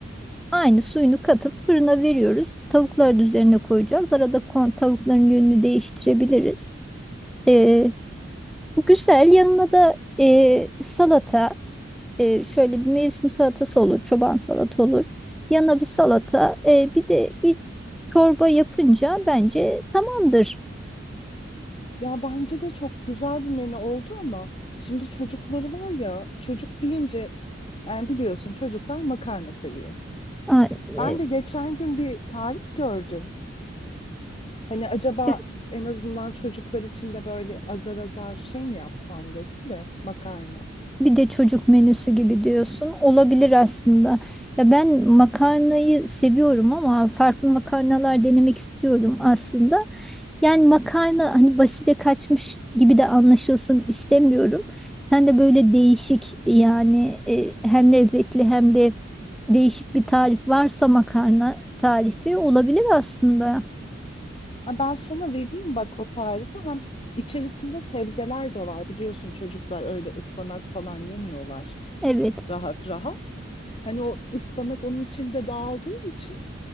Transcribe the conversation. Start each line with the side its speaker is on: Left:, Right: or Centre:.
Centre: aynı suyunu katıp fırına veriyoruz. Tavukların üzerine koyacağız. Arada kon tavukların yönünü değiştirebiliriz. E, güzel. Yanına da e, salata. e, şöyle bir mevsim salatası olur, çoban salata olur. Yanına bir salata, e, bir de bir çorba yapınca bence tamamdır.
Left: Ya bence de çok güzel bir menü oldu ama şimdi çocukları var ya çocuk deyince yani biliyorsun çocuklar makarna seviyor.
Centre: Ha, e,
Left: Ben de geçen gün bir tarif gördüm. Hani acaba
Centre: evet,
Left: en azından çocuklar için de böyle azar azar şey mi yapsan dedim de makarna.
Centre: bir de çocuk menüsü gibi diyorsun. Olabilir aslında. Ya ben makarnayı seviyorum ama farklı makarnalar denemek istiyorum aslında. Yani makarna hani basite kaçmış gibi de anlaşılsın istemiyorum. Sen de böyle değişik yani e, hem lezzetli hem de değişik bir tarif varsa makarna tarifi olabilir aslında.
Left: Ha, Ben sana vereyim bak o tarifi hem içerisinde sebzeler de var biliyorsun çocuklar öyle ıspanak falan yemiyorlar
Centre: Evet,
Left: rahat rahat. Hani o ıspanak onun içinde dağıldığı için